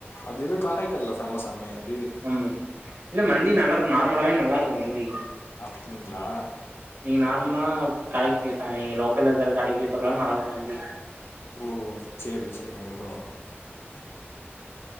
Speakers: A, on the left (about 70°); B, on the right (about 60°).
A: அதெதொ காரை கல்ல சம்ம <unintelligible>
B: ம் இல்ல மந்தி நல்லாருக்கு நார்மலாவே நல்லாருக்கு மந்தி
A: அப்டிங்களா
B: நீங் நார்மலா கடைக் பொய் சா இங்க லோக்கல்லருக்குற கடைக்கி பொய் சாப்டாலு நல்லாருக்கு மந்தி
A: ஓ சேரி சேரிங்க ப்ரோ